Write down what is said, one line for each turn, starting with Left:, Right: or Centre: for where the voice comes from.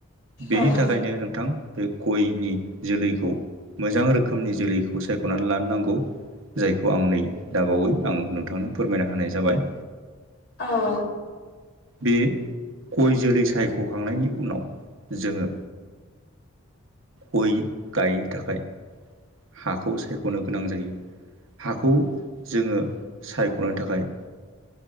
Right: बेनि
Left: औ औ
Right: थाखायनो नोंथां बे गयनि जोलैखौ मोजां रोखोमनि जोलैखौ सायख'नानै लानो नांगौ। जायखौ आं नै दाबावै आं नोंथांनो फोरमायना होनाय जाबाय।
Left: औ।
Right: बे गय जोलै सायख'खांनायनि उनाव जोङो गय गायनो थाखाय हाखौ सायख'नो गोनां जायो हाखौ जोङो सायख'नायनि थाखाय